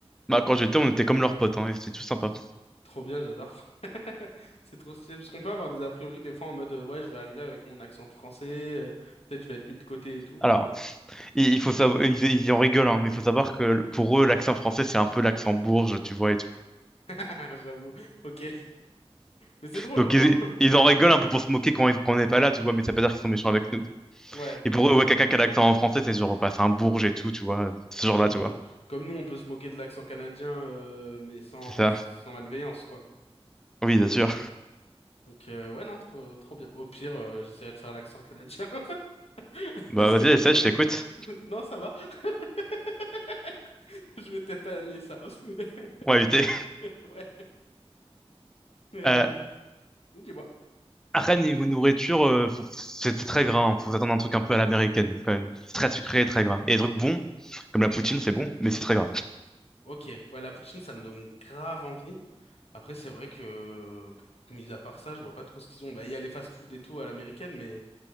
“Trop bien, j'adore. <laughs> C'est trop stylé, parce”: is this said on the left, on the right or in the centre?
Left